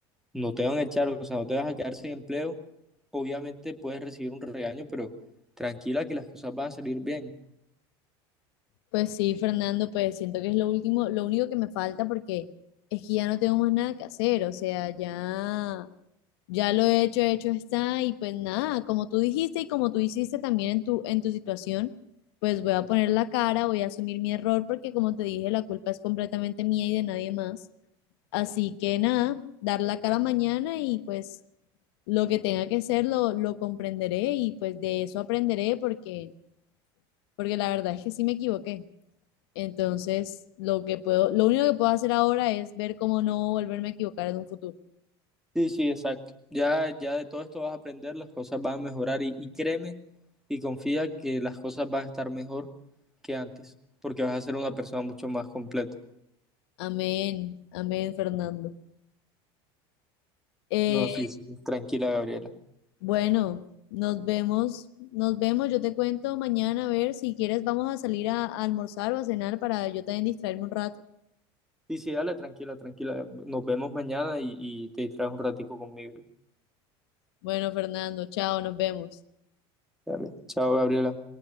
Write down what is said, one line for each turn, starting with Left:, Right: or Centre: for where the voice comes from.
Centre: no te van a echar, o sea, no te vas a quedar sin empleo. Obviamente puedes recibir un regaño, pero tranquila que las cosas van a salir bien.
Left: Pues sí, Fernando, pues siento que es lo último, lo único que me falta porque es que ya no tengo más nada que hacer, o sea, ya Ya lo he hecho, hecho está, y pues nada, como tú dijiste y como tú hiciste también en tu, en tu situación, pues voy a poner la cara, voy a asumir mi error, porque como te dije, la culpa es completamente mía y de nadie más. Así que nada, dar la cara mañana y pues lo que tenga que ser lo, lo comprenderé y pues de eso aprenderé porque, porque la verdad es que sí me equivoqué. Entonces, lo que puedo, lo único que puedo hacer ahora es ver cómo no volverme a equivocar en un futuro.
Centre: Sí, sí, exacto. Ya, ya de todo esto vas a aprender, las cosas van a mejorar y, y créeme y confía que las cosas van a estar mejor que antes, porque vas a ser una persona mucho más completa.
Left: Amén, amén, Fernando. Eh,
Centre: No, sí, sí, tranquila, Gabriela.
Left: Bueno, nos vemos, nos vemos, yo te cuento mañana a ver si quieres vamos a salir a, a almorzar o a cenar para yo también distraerme un rato.
Centre: Sí, sí, dale, tranquila, tranquila. Nos vemos mañana y, y te distraes un ratico conmigo.
Left: Bueno, Fernando, chao, nos vemos.
Centre: Dale. Chao, Gabriela.